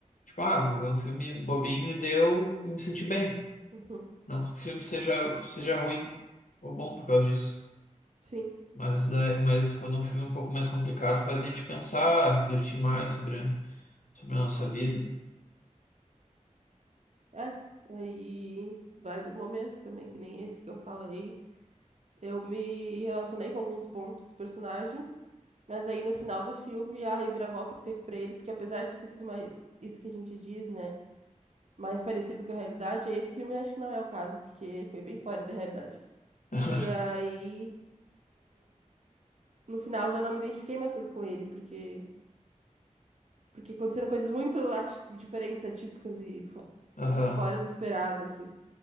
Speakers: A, on the left (about 75°); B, on the right (about 60°).
A: Tipo, ah, vou ver um filme bobinho e deu, me senti bem.
B: Uhum,
A: Não que o filme seja, seja ruim ou bom por causa disso.
B: sim.
A: Mas, da- mas quando é um filme é um pouco mais complicado, faz a gente pensar, refletir mais sobre, sobre a nossa vida.
B: É. aí vai do momento também, que nem esse que eu falei. Eu me relacionei com alguns pontos do personagem, mas aí no final do filme a reviravolta que teve pra ele, porque apesar de ter sido mais isso que a gente diz, né, mais parecido com a realidade, esse filme eu acho que não é o caso, porque foi bem fora da realidade.
A: <laughs>
B: E aí no final já não me identifiquei mais tanto com ele, porque porque aconteceram coisas muito ati- diferentes, atípicas e fo-
A: Aham.
B: e fora do esperado, assim.